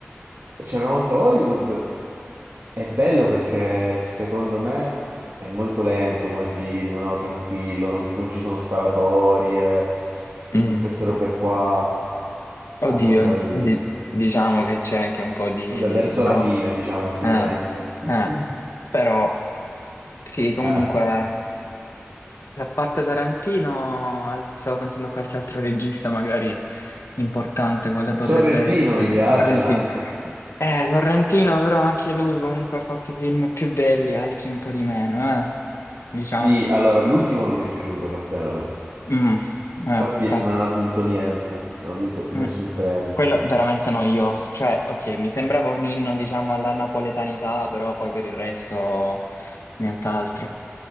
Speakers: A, on the right (about 85°); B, on the left (about 85°).
A: C'era una volta a Hollywood, è bello perché secondo me è molto lento come film, no? Tranquillo, non, non ci sono sparatorie,
B: mm.
A: tutte ste robe qua,
B: Oddio,
A: al contrario di...
B: di- diciamo che c'è anche un po' di...
A: Vabbè, verso
B: no?
A: la fine, diciamo, si
B: Eh,
A: riprende.
B: eh,
A: <clears throat>
B: però sì, comunque...
A: Eh.
B: E A parte Tarantino, al- stavo pensando a qualche altro regista magari importante, quale potrebbe
A: Sorrentino
B: essere
A: mi piace
B: Sorrentino.
A: anche.
B: Eh, Sorrentino però anche lui comunque ha fatto film più belli, altri un po' di meno, eh,
A: Sì,
B: diciamo.
A: allora, l'ultimo non mi è piaciuto per te, vabbè.
B: Mm, eh,
A: Infatti
B: par-
A: non ha vinto niente, non ha vinto nessun
B: mm.
A: premio.
B: Quello è veramente noioso, cioè, ok, mi sembrava un inno, diciamo, alla napoletanità, però poi per il resto nient'altro,